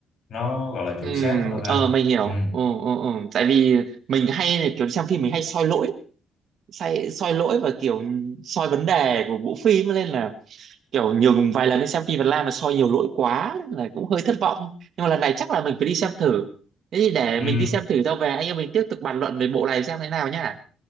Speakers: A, on the left (about 65°); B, on the right (about 65°).
A: nó gọi là chuẩn
B: ừm,
A: xác hơn ha
B: ờ mình hiểu
A: ừ
B: ừ, ừ, ừ. tại vì mình hay là kiểu đi xem phim mình hay soi lỗi soi, soi lỗi và kiểu soi vấn đề của bộ phim nên là kiểu nhiều vài lần đi xem phim Việt Nam là soi nhiều lỗi quá nên là cũng hơi thất vọng nhưng mà lần này chắc là mình phải đi xem thử thế thì để
A: ừ
B: mình đi xem thử sau về anh em mình tiếp tục bàn luận về bộ này xem thế nào nhá